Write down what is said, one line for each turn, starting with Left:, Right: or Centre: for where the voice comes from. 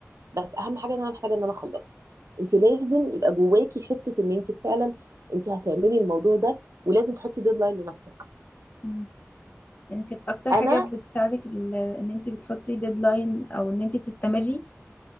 Right: بس اهم حاجه ان انا محتاجه ان انا اخلصه انت لازم يبقى جواكي حته ان انت فعلا انت هتعملي الموضوع ده ولازم تحطي ديدلاين لنفسك
Left: مم. يعني كانت اكتر حاجه
Right: انا
Left: بتساعدك ال... ان انتي بتحطي ديدلاين او ان انتي بتستمري